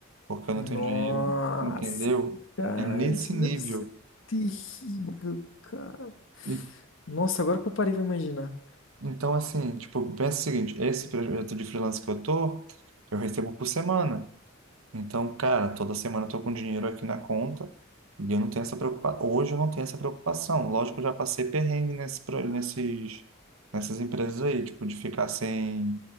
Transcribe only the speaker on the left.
Nossa,
cara,
isso
deve ser terrível, cara.
Nossa, agora que eu parei pra imaginar.